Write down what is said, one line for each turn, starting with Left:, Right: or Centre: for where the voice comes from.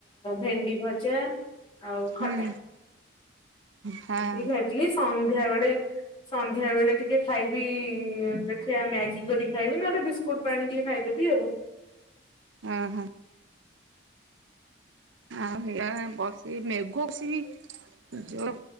Left: ଭେଣ୍ଡି ଭଜା ଆଉ
Right: ହୁଁ
Left: ଖଟା।
Right: ହଁ
Left: ଏତିକି ଖାଇଥିଲି ସନ୍ଧ୍ୟାବେଳେ ସନ୍ଧ୍ୟାବେଳେ ଟିକେ ଖାଇବି ଦେଖିଆ ମ୍ୟାଗି କରି ଖାଇବି ନେହେଲେ ବିସ୍କୁଟ୍ ପାଣି ଟିକେ ଖାଇଦେବି ଆଉ।
Right: ଅଁ ହଁ। ଆଉ <unintelligible> ଏ ମେଘ ସେ ଯୋଉ